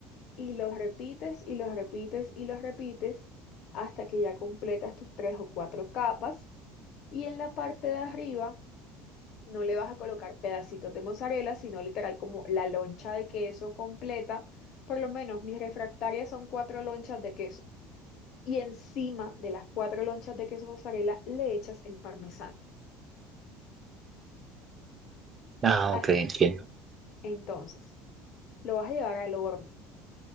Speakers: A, on the left; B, on the right.
A: Y los repites y los repites y los repites hasta que ya completas tus tres o cuatro capas Y en la parte de arriba no le vas a colocar pedacitos de mozzarella, sino literal como la loncha de queso completa. Por lo menos mis refractarias son cuatro lonchas de queso. Y encima de las cuatro lonchas de queso mozzarella le echas el parmesano.
B: Ah,
A: Hasta
B: ok, entiendo.
A: entonces, lo vas a llevar al horno